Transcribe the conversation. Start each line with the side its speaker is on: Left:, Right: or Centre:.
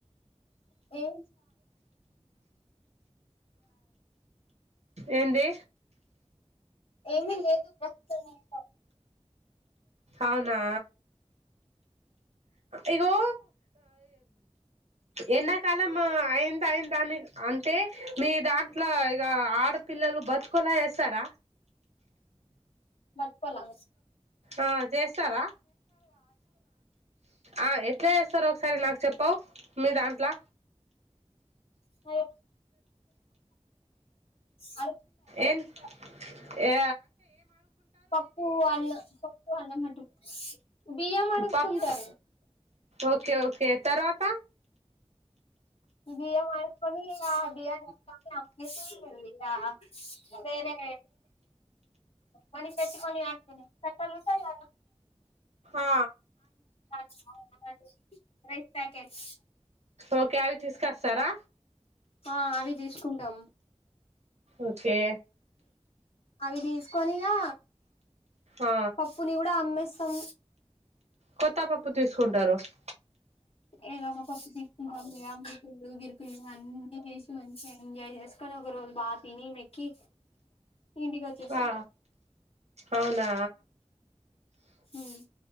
Left: ఏ.
Right: ఏంది.
Left: ఏమీ లేదు ప్రస్తుతం ఇంట్లో.
Right: అవునా ఇగో. ఎన్న. అయింది అయిందిని అంటే మీ దాంట్లో ఇక ఆడపిల్లలు బతు. కొలా ఎసార.
Left: పప్పలా.
Right: ఆ చేస్తారా. ఆ ఎట్లా చేస్తారో ఒకసారి నాకు‌. చెప్పవు మీ దాంట్లా.
Left: స అ.
Right: ఏన్ ఏ.
Left: పప్పు అన్న పప్పు అన్న మాటం బియ మకుంట.
Right: పప్
Left: సరు.
Right: ఓకే ఓకే తరువాత.
Left: ఈ బియం అడుక్కొని ఆ బియని. ఇది అమ్మేసి గా వేరే. మనీ పెట్టుకొని ఆ కట్టటానా.
Right: ఆ
Left: <inaudible> రైస్ ప్యాకెట్.
Right: ఓకే అవి తీసుకొస్తారా.
Left: ఆ అవి తీసుకుంటాం
Right: ఓకే
Left: అవి తీసు. కొనినా
Right: ఆ
Left: పపూ ని కూడా అమ్మే సం
Right: కొత్త <unintelligible>
Left: ఏదో మా పప్పు తీసుకుంటాంద ముకుళ్ళు గిరుకులు అన్ని చేసి మంచిగా ఎంజాయ్ చేసుకని ఒక రోజు బాగా తిని మెక్కి ఇంటికి వచ్చేస్తా
Right: ఆ అవునా
Left: హ్మ్